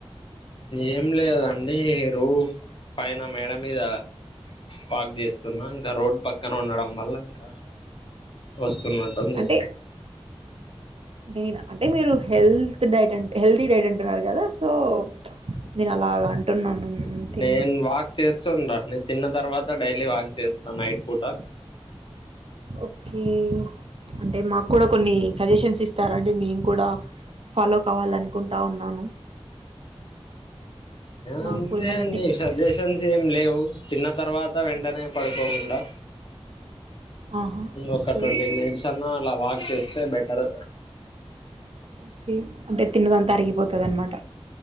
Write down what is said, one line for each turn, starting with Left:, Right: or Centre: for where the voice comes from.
Left: ఏం లేదండి రూ పైన మేడ మీద వాక్ చేస్తున్నా ఇంకా రోడ్డు పక్కన ఉండడం వల్ల ఇంకా వస్తు వస్తున్నట్టుంది
Right: అంటే నేను అంటే మీరు హెల్త్ డైట్ అం హెల్తీ డైట్ అంటున్నారు కదా సో నేను అలా అంటున్నాను అంతే
Left: నేను వాక్ చేస్తుంటాను నేను తిన్న తర్వాత డైలీ వాక్ చేస్త నైట్ పూట
Right: ఓకే అంటే మాకు కూడా కొన్ని సజెషన్స్ ఇస్తారండి నేను కూడా ఫాలో కావాలనుకుంటా ఉన్నాను మాకు
Left: అంతే
Right: ఏమన్నా
Left: అండి
Right: టిప్స్
Left: సజెషన్స్ ఏమి లేవు తిన్న తర్వాత వెంటనే పడుకోకుండా
Right: ఆహా
Left: ఒక
Right: ఓకే
Left: ట్వంటీ మినిట్స్ అన్నా అలా వాక్ చేస్తే బెటర్
Right: ఓకే అంటే తిన్నదంతా అరిగిపోతుంది అన్నమాట